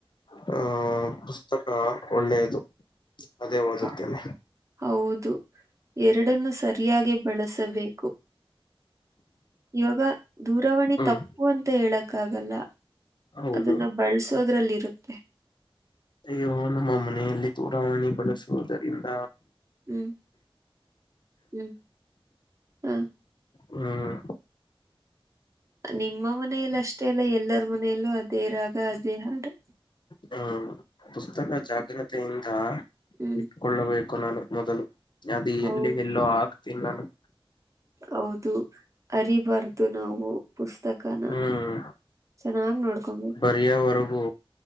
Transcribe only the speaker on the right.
ಹ- ಹೌದು ಎರಡನ್ನು ಸರಿಯಾಗಿ ಬಳಸಬೇಕು. ಇವಾಗ ದೂರವಾಣಿ
ತಪ್ಪ್ <unintelligible> ಅಂತ ಹೇಳಕ್ಕ ಆಗಲ್ಲ
ಅದನ್ನ ಬಳ್ಸೋದ್ರಲ್ಲಿ ಇರುತ್
ಹ್ಮ್ ಹ್ಮ್ ಹ
ನಿಮ್ಮ ಮನೇಯಲ್ಲಿ ಅಷ್ಟೇ ಅಲ್ಲ ಎಲ್ಲರ ಮನೆಯಲ್ಲೂ ಅದೇ ರಾಗ ಅದೇ. <unintelligible>
ಹ್ಮ್
ಹೌದು
ಹೌದು ಅರಿಬಾರ್ದು ನಾವು ಪುಸ್ತಕನ.
ಚೆನ್ನಾಗ್ ನೋಡ್ಕೊಬೇಕು